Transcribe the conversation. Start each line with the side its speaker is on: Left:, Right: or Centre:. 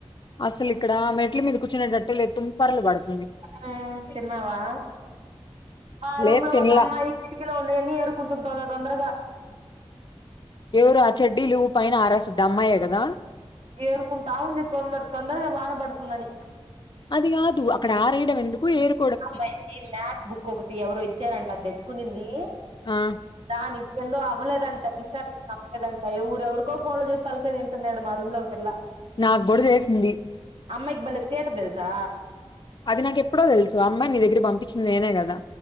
Left: అసలు ఇక్కడ మెట్ల మీద కూర్చునేటట్టేలే తుంపర్లు పడుతుంది
Right: ఆ తిన్నావా మా రూమ్‌లో
Left: లేదు తినలా
Right: ఒక అమ్మాయి కిటికీలో ఉండేయన్నీ ఎరుకుంటు తొ తొ తొందరగా
Left: ఎవరు ఆ చెడ్డీలు పైన ఆరేశుద్ధి ఆ అమ్మాయే కదా
Right: ఏరుకుంటా ఉంది తొందర తొందరగా వానపడుతుందని
Left: అది కాదు అక్కడ ఆరేయడం ఎందుకు ఏరు
Right: అమ్మాయికి మ్యాథ్ బుక్ ఒకటి ఎవరో ఇచ్చారంట అది తెచ్చుకునింది
Left: ఆ
Right: దానికేందో అవ్వలేదంట ఈసారి <unintelligible> ఎవ్వర్ ఎవరికో ఫోన్‌లు చేసి తలకాయ తింటుంది ఈడ మా రూమ్‌లో ఒక పిల్ల
Left: నాక్కూడా చేసింది
Right: అమ్మాయికి బలే తిటా తెలుసా
Left: అది నాకెప్పుడో తెలుసు ఆ అమ్మాయి నీ దగ్గరకి పంపిచింది నేనే కదా